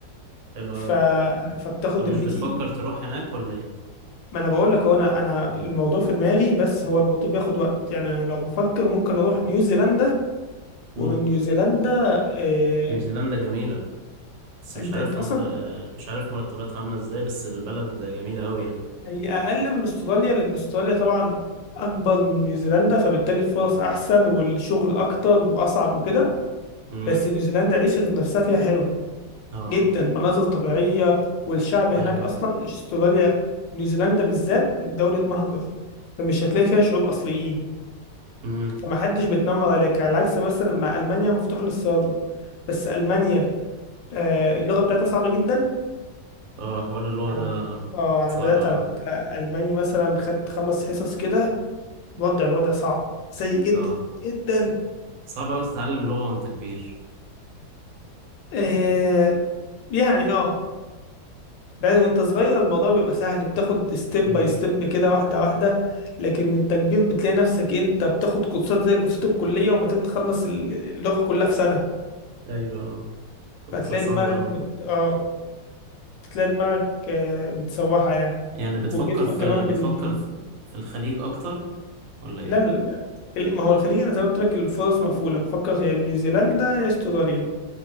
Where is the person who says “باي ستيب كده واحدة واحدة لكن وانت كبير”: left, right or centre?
Left